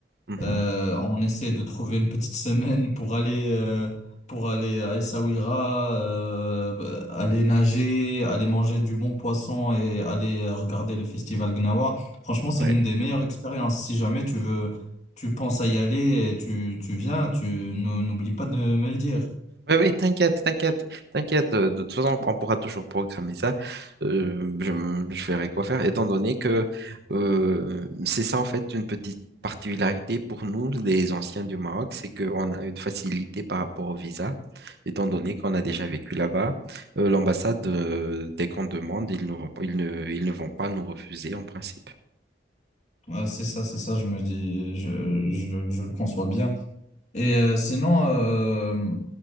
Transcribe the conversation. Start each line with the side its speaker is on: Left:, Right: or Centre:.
Right: Mhm.
Left: Euh, on essaie de trouver une petite semaine pour aller, euh, pour aller à Essaouira, euh, bah, aller nager, aller manger du bon poisson et aller euh, regarder le festival Gnawa. Franchement, c'est
Right: Ouais.
Left: l'une des meilleures expériences. Si jamais tu veux, tu penses à y aller et tu, tu viens, tu n'ou- n'oublie pas de me le dire.
Right: Oui, oui, t'inquiète, t'inquiète, t'inquiète. euh, De toute façon, on pourra toujours programmer ça. Euh, je, m- je verrai quoi faire, étant donné que euh, c'est ça, en fait, une petite particularité pour nous, les anciens du Maroc, c'est qu'on a une facilité par rapport au visa, étant donné qu'on a déjà vécu là-bas. Euh, l'ambassade, euh, dès qu'on demande, ils ne vont pas, ils ne, ils ne vont pas nous refuser en principe.
Left: Euh, c'est ça, c'est ça, je me dis, je, je, je le conçois bien. Et euh, sinon, euh,